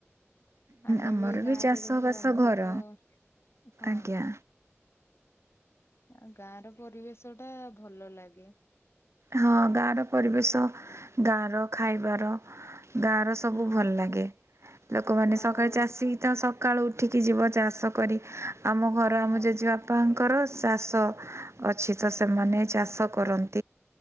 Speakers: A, on the left; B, on the right.
A: ଆମେ
B: ଆମର
A: ବି ଗାଁରେ
B: ଚାଷବାସ
A: ରହୁ ଆମର
B: ଘର।
A: ତ ହଁ
B: ଆଜ୍ଞା
A: ହଁ। ଆଉ ଗାଁ ର ପରିବେଶ ଟା ଭଲ ଲାଗେ।
B: ହଁ ଗାଁ ର ପରିବେଶ ଗାଁ ର ଖାଇବାର ଗାଁ ର ସବୁ
A: ହଁ
B: ଭଲ ଲାଗେ ଲୋକମାନେ
A: ଆଉ
B: ସକାଳେ ଚାଷୀ ତ ସ କାଳୁ ଉଠିକି ଯିବ ଚାଷ କରି ଆମ ଘର
A: ହଁ
B: ଆମ ଜେଜେବାପାଙ୍କର ଚାଷ ଅଛି ତ ସେମାନେ
A: ହୁଁ ହୁଁ
B: ଚାଷ କରନ୍ତି।